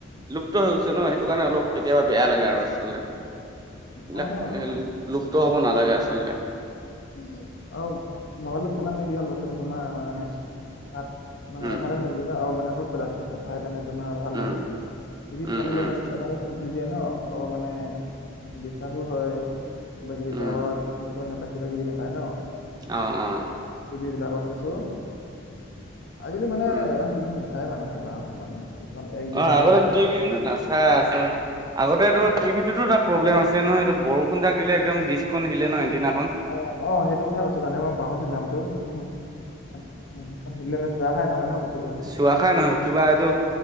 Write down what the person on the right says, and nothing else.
লুপ্ত হৈ গৈছে ন। সেইটো কাৰণে অলপ কেতিয়াবা বেয়া লাগে আৰু আচলতে। এইবিলাক
লুপ লুপ্ত হব নালাগে আচলতে।
উম
উম
উম
উম
উম
অ'। অ'।
উম
অ আগতে
টিভি নো নাচাই আছ আগতেটো টিভিটোতো এটা প্ৰব্লেম আছে নহয়, এইটো বৰষুণযাক দিলে একদম ডিছখন হিলে ন এণ্টিনাখন।
চোৱা খাই নহয়। কিবা এইটো